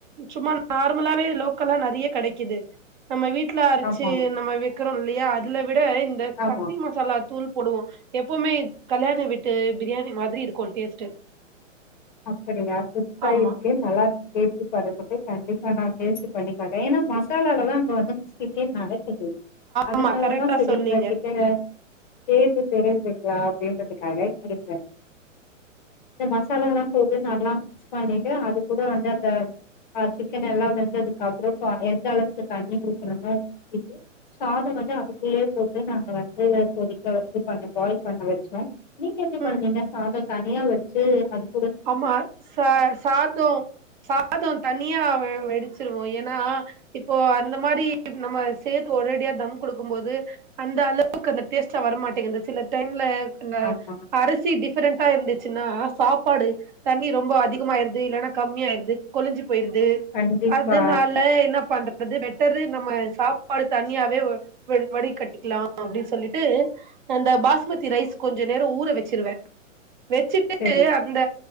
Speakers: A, on the right (about 40°); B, on the left (about 35°).
A: சும்மா நார்மலாவே லோக்கலா நறைய கிடைக்குது நம்ம வீட்ல அரைச்சு
B: ஆமா
A: நம்ம வெ இருக்குரோ இல்லையா அதுல விட இந்த
B: ஆமா
A: சக்தி மசாலா தூள் போடுவோ எப்பவுமே கல்யாண விட்டு பிரியாணி மாதிரி இருக்கு டேஸ்ட்
B: அப்டியா புதுசா
A: ஆமா
B: இருக்கு நல்லா இரு நேத்து பாடுபட்டு கண்டிப்பா நா பேசிக் பண்ணிக்காட்டுற ஏன்னா மசாலதா அங்க கிட்டே நடக்குது அதனாலதா
A: ஆமா கரெக்டா
B: சரிங்க
A: சொன்னீங்க
B: கிட்டக வக்கவே ஒ தெரிஞ்சிருக்கலா அப்டின்றதுக்காக செரி சார் இந்த மசாலால்லா போட்டு நல்லா மிக்ஸ் பண்ணிட்டு அது கூட வந்து அந்த ஆ சிக்கன் எல்லா வெந்ததுக்கு அப்பறோ எந்த அளவுடுக்கு தண்ணி ஊத்தணுமோ ஊத்திட்டு சாதோ வந்து அதுக்குள்ளயே போட்டு நாங்க வந்து கொதிக்க வச்சி பண்ண பாயில் பண்ண வச்ச நீங்க எப்டி
A: ம்
B: பண்ணுவீங்க சாதோ தனியா வடிச்சு அதுக்
A: ஆமா ச சாதோ சாதோ தனியா வெடிச்சிருவோ ஏன்னா இப்போ அந்த மாரி நம்ம சேர்த்து ஓரடியா தம் குடுக்கு போது அந்த அளவுக்கு அந்த டேஸ்ட்ல வரமாட்டேங்குது சில டைம்ல இந்த
B: ஆமா
A: அரிசி டிஃப்ரெண்டா இருந்துச்சுன்னா சாப் சாப்பாடு தண்ணி ரொம்ப அதிகமாயிருது இல்ல கம்மியாயிருது கொழஞ்சு போயிருது
B: கண்டிப்பா
A: அதுனால என்ன பண்ற து பெட்டரு நம்ம சாப்பாடு தனியாவே வ வ வடி கட்டிக்கலாம் அப்டின்னு சொல்லிட்டு அந்த பாஸ்மதி ரைஸ் கொஞ்ச நேர ஊற வச்சிருவே வச்சுட்டு
B: செரி
A: அந்த